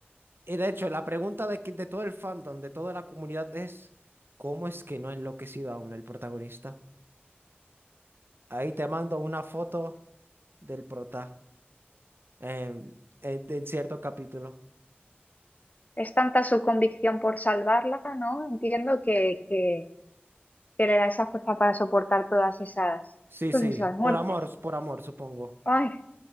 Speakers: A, on the right; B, on the left.
A: Y de hecho, la pregunta de, que- de todo el fandom, de toda la comunidad es, ¿cómo es que no ha enloquecido aún el protagonista? Ahí te mando una foto del prota em, en, en cierto capítulo.
B: Es tanta su convicción por salvarla, ¿no? Entiendo que, que que le da esa fuerza para soportar todas esas,
A: Sí,
B: pues
A: sí,
B: esas muertes.
A: por amor, por amor, supongo.
B: Ay,